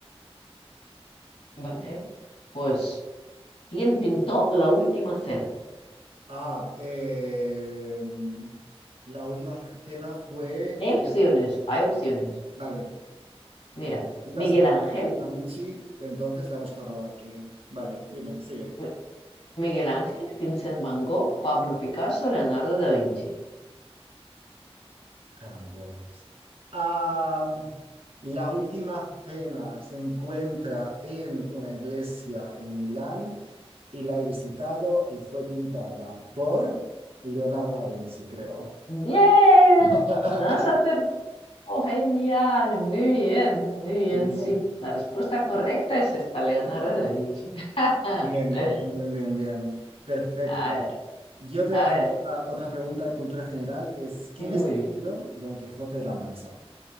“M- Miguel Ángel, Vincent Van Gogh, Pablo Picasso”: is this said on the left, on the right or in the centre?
Left